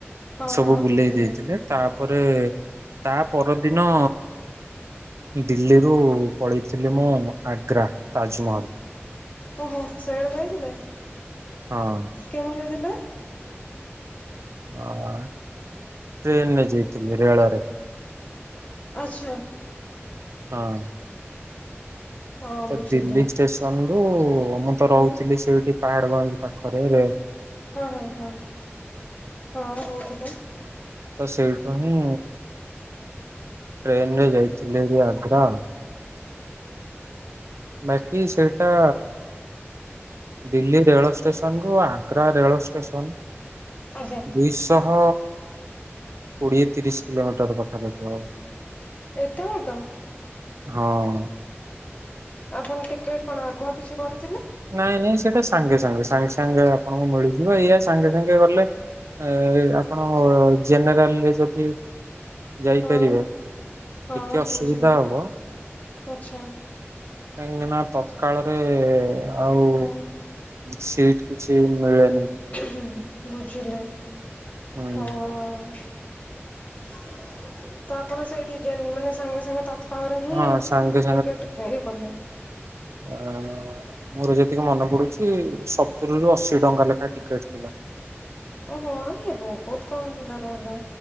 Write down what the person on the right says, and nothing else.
ସବୁ
ବୁଲେଇ
ଦେଇଥିଲେ। ତାପରେ ତାପରଦିନ ଦିଲ୍ଲୀ ରୁ ପଳିଥିଲି ମୁଁ ଆଗ୍ରା ତାଜମହଲ।
ହଁ।
ଅଁ। ଟ୍ରେନରେ ଯାଇଥିଲି ରେଳରେ।
ହଁ।
ତ
ଦିଲ୍ଲୀ ଷ୍ଟେସନରୁ ମୁତ
ରହୁଥିଲି ସେଇଠି ପାହାଡ଼ଗଞ୍ଜ ପାଖରେରେ
ତ ସେଇଠୁହିଁ ଟ୍ରେନରେ ଯାଇଥିଲି ହାରି ଆଗ୍ରା। ବାକି ସେଇଟା ଦିଲ୍ଲୀ ରେଳ ଷ୍ଟେସନରୁ ଆଗ୍ରା ରେଳ ଷ୍ଟେସନ
ଦୁଇଶହ କୋଡ଼ିଏ ତିରିଶି କିଲୋମିଟର୍ ପାଖାପାଖି ହବ।
ହଁ।
ନାଇଁ ନାଇଁ ସେଇଟା ସାଙ୍ଗେ ସାଙ୍ଗେ ସାଙ୍ଗେ ସାଙ୍ଗେ ଆପଣଙ୍କୁ ମିଳିଯିବ ଏଇଆ ସାଙ୍ଗେ ସାଙ୍ଗେ ଗଲେ ଏ ଆପଣ ଅଁ ଜେନେରାଲରେ ଯଦି ଯାଇପାରିବେ
ଟିକେ
ଅସୁବିଧା
ହବ
କାହିଁକିନା ତତ୍କାଳରେ ଆଉ
ସିଟ୍ କିଛି ମିଳେନି।
ହୁଁ
ହଁ
ସାଙ୍ଗେ
ଅଁ ମୋର ଯେତିକି ମନେ ପଡ଼ୁଚି ସତୁରିରୁ ଅଶି ଟଙ୍କା ଲେଖାଏ ଟିକେଟ୍ ଥିଲା।